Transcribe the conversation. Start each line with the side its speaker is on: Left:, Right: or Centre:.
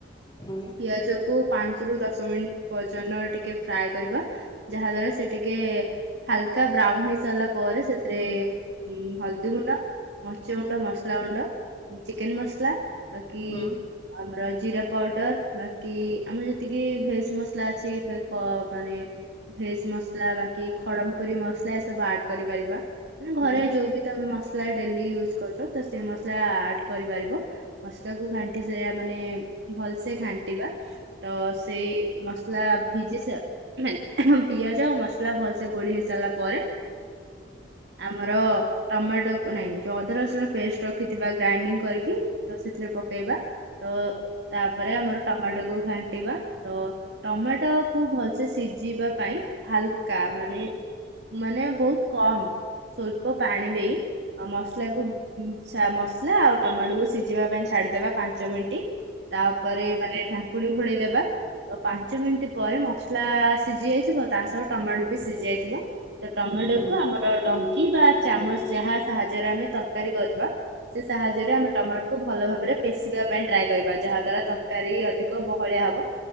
Left: ହଁ।
Right: ପିଆଜ କୁ ପାଞ୍ଚ ରୁ ଦଶ ମିନିଟ୍ ପର୍ଯ୍ୟନ୍ତ ଟିକେ ଫ୍ରାଏ କରିବା। ଯାହା ଦ୍ଵାରା ସେ ଟିକେ ହାଲକା ବ୍ରାଉନ୍ ହେଇ ସାରିଲା ପରେ ସେଥିରେ ଉ ହଳଦୀ ଗୁଣ୍ଡ ମର୍ଚ ଗୁଣ୍ଡ ମସଲା ଗୁଣ୍ଡ ଚିକେନ୍ ମସଲା ବାକି
Left: ହୁଁ ହୁଁ ହଁ ହୁଁ ହୁଁ ହୁଁ
Right: ଆମର ଜିରା ପାଉଡର ବାକି ଆମର ଯେତିକି ଭେଜ ମସଲା ଅଛି ମାନେ କ ମାନେ ଭେଜ ମସଲା ବାକି ଖଡମ ପୁରୀ ମସଲା ଏ ସବୁ ଆଡ କରିପାରିବା ମାନେ
Left: ହୁଁ
Right: ଘରେ ଯୋଉ ବି ତମେ ମସଲା ଡେଲି ୟୁଜ କରୁଛ ତ ସେଇ ମସଲା ଆଡ କରିପାରିବ ମସଲା କୁ ଘାଣ୍ଟି ସେଇଆ ମାନେ ଭଲ ସେ ଘାଣ୍ଟିବା ତ ସେଇ ମସ ଲା ଭିଜି ସ ହୁଁ- ହୁଁ -ପିଆଜ ମସଲା ଭଲସେ ଗୋଳି ହେଇ ସାରିଲା ପରେ ଆମର ଟମାଟୋକୁ ନାଇଁ ଯୋଉ ଅଦା ରସୁଣ ପେଷ୍ଟ ରଖିଥିବା ଗ୍ରାଇଣ୍ଡିଙ୍ଗ କରିକି ତ ସେଥିରେ ପକେଇବା। ତ ତାପରେ ଆମର ଟମାଟୋକୁୁ ଘାଣ୍ଟିବା ତ ଟମାଟୋ କୁ ଭଲସେ ସିଝିବା ପାଇଁ ହାଲକା ମାନେ ମାନେ ବହୁତ କମ ସୋଳ୍ପ୍ ପାଣି ଦେଇ ଆ ମସଲା କୁ ମସଲା ଆଉ ଟମାଟୋକୁ ସିଝିବା ପାଇଁ ଛାଡିଦେବା ପାଞ୍ଚ ମିନିଣ୍ଟ ତାପରେ ମାନେ ଢାଙ୍କୁଣୀ ଘୋଡେଇଦବା। ତ ପାଞ୍ଚ ମିନିଣ୍ଟ ପରେ ମସଲା ସିଝି ଯାଇଥିବ। ତା ସହ ଟମାଟୋ ବି ସିଝି ଯାଇଥିବ। ସେ ଟମାଟୋକୁୁ
Left: ହୁଁ ହୁଁ ହୁଁ ହୁଁ
Right: ଆମର ଡଙ୍କି ବା ଚାମଚ ଯାହା ସାହାଯ୍ୟରେ ଆମେ ତରକାରୀ କରିବା। ସେ ସାହାଯ୍ୟରେ ଆମେ ଟମାଟୋକୁୁ ଭଲ ଭାବରେ ପେଶିବା ପାଇଁ ଟ୍ରାଏ କରିବା ଯାହା ଦ୍ଵାରା ତରକାରୀ ଅଧିକ ବହଳିଆ ହବ।